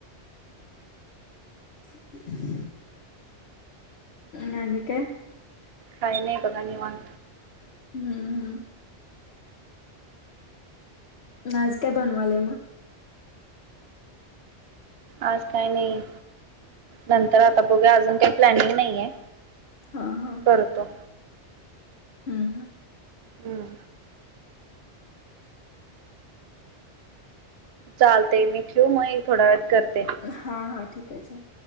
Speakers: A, on the left; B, on the right.
A: ह नानी काय!
B: काय नाही बघा म निवात.
A: हम्म हम् नाचक्या बनवाले मग
B: आज काय नाही नंतर आता बघया अजून काही प्लॅनिंग नाहीय.
A: हा हा
B: करतो
A: हम् हम
B: हम्म चालते मी ठेवू मग थोड्या वेळत करते.
A: हा हा ठीके आहे.